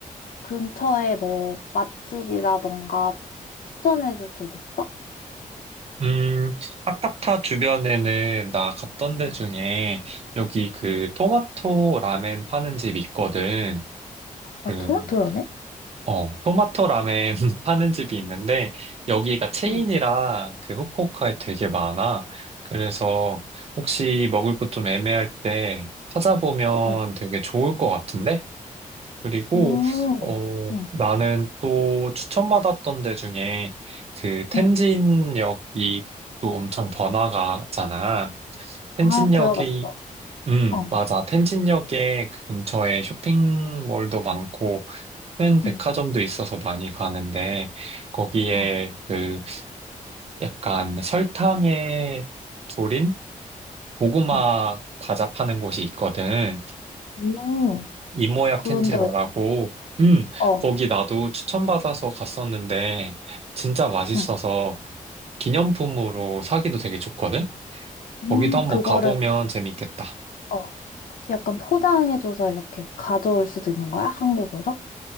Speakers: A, on the left; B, on the right.
A: 근처에 뭐 맛집이라던가 추천해줄 곳 있어?
B: 음, 아카타 주변에는 나 갔던 데 중에
A: 음.
B: 여기 그
A: 음.
B: 토마토 라멘 파는 집 있거든.
A: 아,
B: 그
A: 토마토 라멘?
B: 어, 토마토 라멘 <laughs> 파는 집이 있는데, 여기가 체인이라
A: 응,
B: 그 후쿠오카에 되게 많아. 그래서 혹시 먹을 것 좀 애매할 때 찾아보면
A: 어.
B: 되게 좋을 것 같은데? 그리고,
A: 오.
B: 어,
A: 응,
B: 나는 또 추천받았던 데 중에 그 텐진역이
A: 응.
B: 또 엄청 번화가잖아. 텐진역에,
A: 아, 들어봤어.
B: 음,
A: 어,
B: 맞아. 텐진역에 그 근처에 쇼핑몰도 많고, 큰 백화점도
A: 응,
B: 있어서 많이 가는데 거기에
A: 어,
B: 그 약간 설탕에 졸인 고구마
A: 어.
B: 과자 파는 곳이 있거든.
A: 음.
B: 이모야
A: 그런데,
B: 캔지로라고.
A: 나,
B: 음,
A: 어,
B: 거기 나도 추천받아서 갔었는데 진짜 맛있어서
A: 응.
B: 기념품으로 사기도 되게 좋거든.
A: 음,
B: 거기도 한번
A: 그거를
B: 가보면 재밌겠다.
A: 어. 약간 포장해줘서 이렇게 가져올 수도 있는 거야? 한국으로?